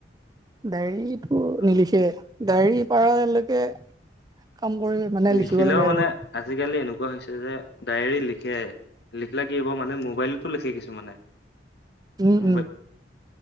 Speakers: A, on the right; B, on the left.
A: ডায়ৰী টো
B: অ
A: নিলিখে, ডায়েৰী পাৰালৈকে কাম কৰি মানে লিখিব
B: লিখিলেও
A: লাগে
B: মানে
A: আৰু
B: আজিকালি এনেকুৱা হৈছে যে ডায়েৰী লিখে লিখিলে কি হ'ব মানুহে মোবাইলতো লিখে কিছুমানে
A: উম,
B: মোবাইল
A: উম।